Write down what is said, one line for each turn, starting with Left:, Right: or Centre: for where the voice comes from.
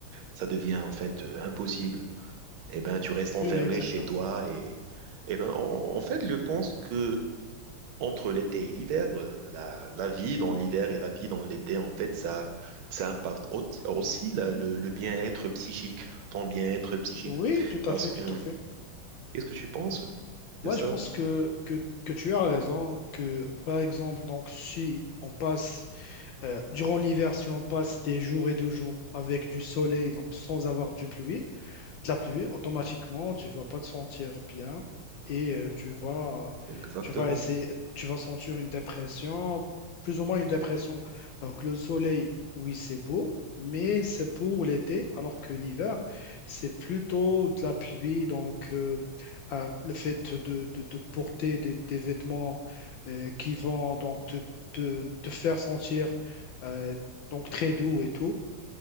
Right: ça devient en fait euh, impossible. Eh ben, tu restes enfermé
Left: Oui, oui, exactement.
Right: chez toi et eh ben, en, en fait, je pense que entre l'été et l'hiver, euh, la, la vie dans l'hiver et la vie dans l'été, en fait, ça, ça impacte au- aussi la- le, le bien-être psychique, ton bien-être psychique.
Left: Oui, tout à
Right: Parce
Left: fait,
Right: que,
Left: tout
Right: euh,
Left: à fait.
Right: qu'est-ce que tu penses
Left: Moi,
Right: de ça?
Left: je pense que, que, que tu as raison, que par exemple, donc, si on passe, euh, durant l'hiver, si on passe des jours et des jours avec du soleil, donc sans avoir du pluie, de la pluie, automatiquement, tu vas pas te sentir bien et euh, tu vas,
Right: Exactement.
Left: tu vas essayer, tu vas sentir une dépression, plus ou moins une dépression. Donc, le soleil, oui, c'est beau, mais c'est pour l'été, alors que l'hiver, c'est plutôt de la pluie. Donc, euh, euh, le fait de, de- de porter des, des vêtements euh, qui vont donc te, te- te faire sentir euh, donc très doux et tout.